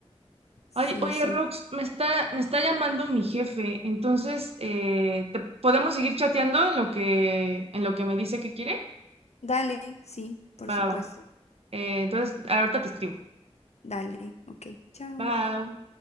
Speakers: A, on the left; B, on the right.
A: sí,
B: Ay, oye,
A: sí.
B: Rox, me está, me está llamando mi jefe. Entonces, eh, ¿te- podemos seguir chateando en lo que, en lo que me dice que quiere?
A: Dale, sí, por
B: Va,
A: supuesto.
B: va. Eh, entonces, ahorita te escribo.
A: Dale, ok, chao.
B: Bye.